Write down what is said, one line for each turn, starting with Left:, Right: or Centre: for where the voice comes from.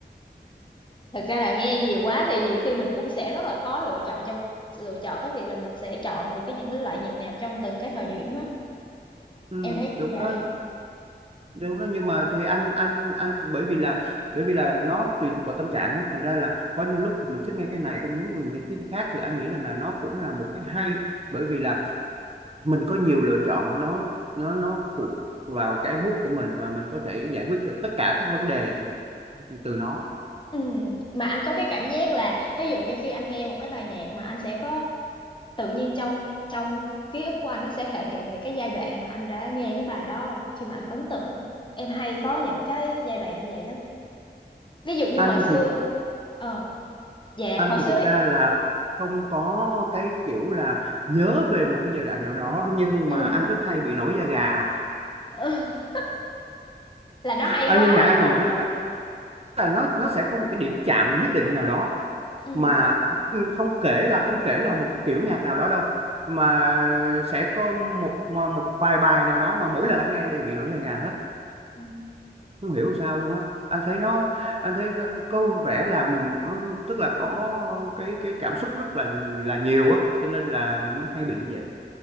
Left: Thực ra là nghe nhiều quá thì nhiều khi mình cũng sẽ rất là khó lựa chọn cho lựa chọn cái việc là mình sẽ chọn được cái những cái loại nhạc nào trong từng cái thời điểm á.
Right: Ừ,
Left: Em thấy cũng
Right: đúng
Left: vậy.
Right: đó đúng đó nhưng mà thì anh anh anh bởi vì là bởi vì là nó tùy thuộc vào tâm trạng á thành ra là có những lúc mình thích nghe cái này có những lúc mình nghe thích cái khác thì anh nghĩ rằng là nó cũng là một cái hay bởi vì là mình có nhiều lựa chọn nó nó nó phụ vào cái mood của mình và mình có thể giải quyết được tất cả các vấn đề từ nó
Left: Ừ. Mà anh có cái cảm giác là ví dụ như khi anh nghe một cái bài nhạc mà anh sẽ có tự nhiên trong trong ký ức của anh nó sẽ thể hiện về cái giai đoạn mà anh đã nghe cái bài đó khi mà anh ấn tượng á. Em hay có những cái giai đoạn như vậy lắm ví dụ như
Right: anh
Left: hồi xưa
Right: thì
Left: ờ dạ
Right: anh
Left: hồi
Right: thì
Left: xưa
Right: thực
Left: ấy.
Right: ra là không có cái kiểu là nhớ về một cái giai đoạn nào đó nhưng
Left: ừ.
Right: mà anh rất hay bị nổi da gà
Left: <laughs> là nó hay
Right: anh
Left: quá
Right: nghe nhạc anh
Left: đúng không
Right: bị nổi da gà là nó nó sẽ có một cái điểm chạm nhất định nào đó
Left: ừ.
Right: mà ừ, không kể là không kể là một kiểu nhạc nào đó đâu mà sẽ có một một vài bài nào đó mà mỗi lần anh nghe anh đều bị nổi da gà hết
Left: Ừ.
Right: không hiểu sao luôn á anh thấy nó anh thấy nó có vẻ là mình có, tức là có cái cái cảm xúc rất là là nhiều á cho nên là mới hay bị như vậy